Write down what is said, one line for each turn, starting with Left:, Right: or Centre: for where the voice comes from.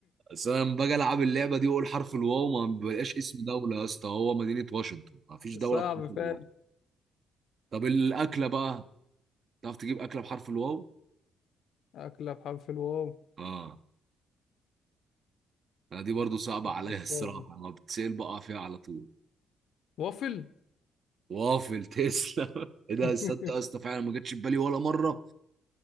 Right: بس انا لما باجي العب اللعبه دي واقول حرف الواو ما بيبقاش اسم دوله يا اسطى هو مدينه واشنطن ما فيش دوله
Left: صعب
Right: بحرف
Left: فعلا
Right: الواو طب الاكله بقى تعرف تجيب اكله بحرف الواو
Left: أكلة بحرف الواو
Right: اه لا دي برضو صعبه
Left: بفكر
Right: عليا <laughs> الصراحه ما بتسال بقى فيها على طول
Left: وافل
Right: وافل تسلم <laughs> ايه ده
Left: <laughs>
Right: تصدق يا اسطى فعلا ما جاتش في بالي ولا مره